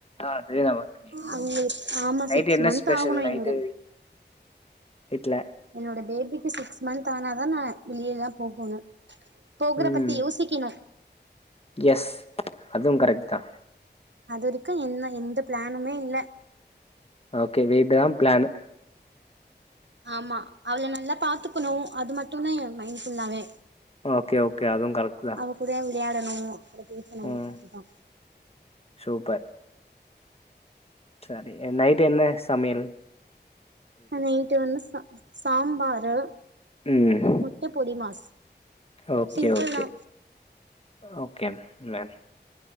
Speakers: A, on the left (about 35°); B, on the right (about 80°).
A: ஆ தெய்வ வர்த்தினி
B: அவங்களுக்கு ஆமா
A: நைட்டு
B: சிக்ஸ்
A: என்ன
B: மந்த்
A: ஸ்பெஷல்
B: ஆகணு
A: நைட்டு
B: என்னோட
A: வீட்ல
B: என்னோட பேபிக்கு சிக்ஸ் மந்த் ஆனாதா நா வெளியல்லா போகணு போகுற
A: ம்
B: பத்தி யோசிக்கிணு
A: எஸ் அதுவு கரெக்ட் தா
B: அது வரைக்கு என்ன எந்த பிளானுமே இல்ல
A: ஓகே வீட்டுதா பிளானு
B: ஆமா அவள நல்லா பாத்துக்குணு அது மட்டுதா ஏ மைண்ட் ஃபுல்லாவே
A: ஓகே ஓகே அதுவு கரெக்ட் தா
B: அவ கூட விளயாடணு அவ கூட பேசணு
A: ம்
B: அப்டிதா
A: சூப்பர் சரி நைட் என்ன சமயல்
B: நைட்டு வந்து சா சாம்பாரு
A: ம்
B: முட்ட பொடி மாஸ்
A: ஓகே
B: சிம்பிள்
A: ஓகே
B: தா
A: ஓகே மேம்